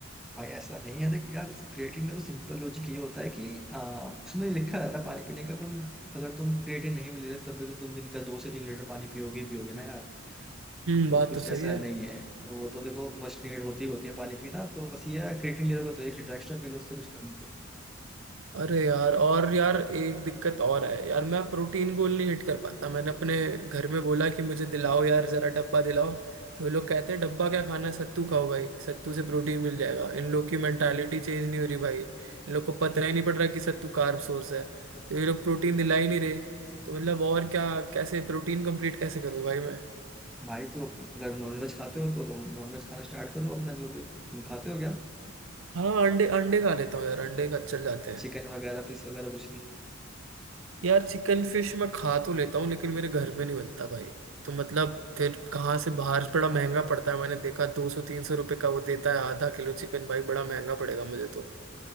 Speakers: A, in the centre; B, on the right.
A: भाई ऐसा नहीं है देख यार क्रिएटिन का तो सिंपल लॉजिक ये होता है कि आ, उसमें लिखा रहता है पानी पीने का पर अगर तुम क्रिएटिन नहीं मिल रहे तब भी तो तुम दिन का दो से तीन लीटर पानी पियोगे ही पियोगे ना यार
B: हम्म
A: तो
B: बात
A: कुछ
B: तो सही
A: ऐसा
B: है
A: नहीं है तो तो देखो मस्ट नीड होती ही होती है पानी पीना तो बस ये है क्रिएटिन ले रहे हो तो एक लीटर एक्स्ट्रा पी लो उससे कुछ फर्क नहीं पड़ता।
B: अरे यार और यार एक दिक्कत और है यार मैं प्रोटीन गोल नहीं हिट कर पाता मैंने अपने घर में बोला कि मुझे दिलाओ यार जरा डब्बा दिलाओ तो वो लोग कहते हैं डब्बा क्या खाना है, सत्तू खाओ भाई सत्तू से प्रोटीन मिल जाएगा इन लोग की मेंटालिटी चेंज नहीं हो रही भाई इन लोग को पता ही नहीं पड़ रहा कि सत्तू कार्ब सोर्स है तो ये लोग प्रोटीन दिला ही नहीं रहे तो मतलब और क्या कैसे प्रोटीन कंप्लीट कैसे करूँ भाई मैं
A: भाई तो अगर नॉनवेज खाते हो तो तुम नॉनवेज खाना स्टार्ट करो अपना जो भी तुम खाते हो क्या
B: हाँ अंडे अंडे खा लेता हूँ यार अंडे का चल जाते हैं
A: चिकन वगैरह फिश वगैरह कुछ नहीं
B: यार चिकन फिश मैं खा तो लेता हूँ लेकिन मेरे घर में नहीं बनता भाई तो मतलब फिर कहाँ से बाहर बड़ा महंगा पड़ता है मैंने देखा दो सौ तीन सौ रुपये का वो देता है आधा किलो चिकन भाई बड़ा महंगा पड़ेगा मुझे तो